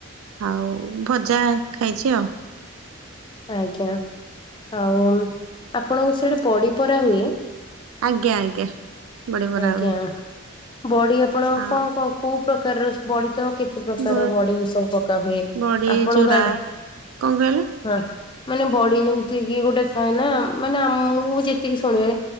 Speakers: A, on the right; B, on the left.
A: ଆଉ ଭଜା ଖାଇଛି ଆଉ।
B: ଆଜ୍ଞା। ଆଉ ଆପଣଙ୍କ ସିଆଡେ ବଡି ପରା ହୁଏ?
A: ଆଜ୍ଞା ଆଜ୍ଞା। ବଡି ବରା
B: ଆଜ୍ଞା।
A: ହୁଏ
B: ବଡି ଆପଣ
A: ଆଉ
B: କଣ କଣ କୋଉ ପ୍ରକାରର ବଡି ତ କେତେ ପ୍ରକାର
A: ବ
B: ବଡି ସବୁ ପକା ହୁଏ।
A: ବଡି
B: ଆପଣଙ୍କ
A: ଚୁରା
B: ଆଡେ
A: କଣ କହିଲ?
B: ହଁ ମାନେ ବଡି ଯେମିତିକି ଗୋଟେ ଥାଏ ନା ମାନେ ଆ ମୁଁ ଯେତିକି ଶୁଣିବାରେ